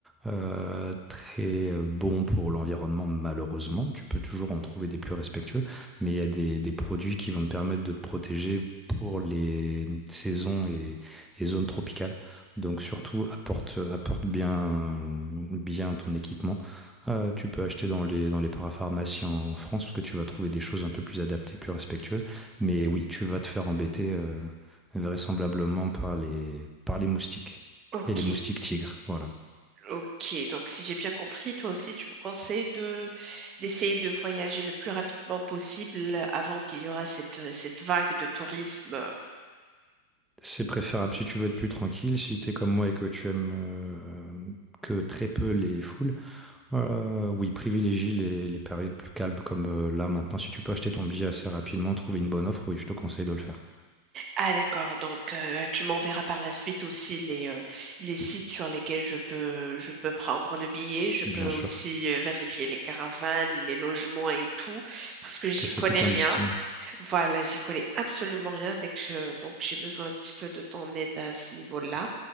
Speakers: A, in the centre; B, on the right (about 30°).
A: euh, très euh, bons pour l'environnement, malheureusement. Tu peux toujours en trouver des plus respectueux, mais il y a des, des produits qui vont te permettre de te protéger pour les saisons et, et zones tropicales. Donc surtout, apporte, apporte bien, bien ton équipement. Euh, tu peux acheter dans les, dans les parapharmacies en France parce que tu vas trouver des choses un peu plus adaptées, plus respectueuses. Mais oui, tu vas te faire embêter euh, vraisemblablement par les, par les moustiques
B: Ok,
A: et les moustiques tigres. Voilà.
B: ok. Donc si j'ai bien compris, toi aussi, tu me conseilles de d'essayer de voyager le plus rapidement possible avant qu'il y aura cette, cette vague de tourisme
A: C'est préférable si tu veux être plus tranquille, si tu es comme moi et que tu aimes euh, que très peu les foules. euh, oui, privilégie les, les périodes plus calmes comme euh, là maintenant. Si tu peux acheter ton billet assez rapidement, trouver une bonne offre, oui, je te conseille de le faire.
B: Ah d'accord, donc euh, tu m'enverras par la suite aussi les, euh, les sites sur lesquels je peux, je peux prendre le billet. Je peux
A: Bien
B: aussi
A: sûr.
B: euh, vérifier les caravanes, les logements et tout, parce que
A: Je
B: j'y
A: te fais
B: connais
A: tout
B: rien.
A: un listing.
B: Voilà, j'y connais absolument rien dès que je, donc j'ai besoin un petit peu de ton aide à ce niveau-là.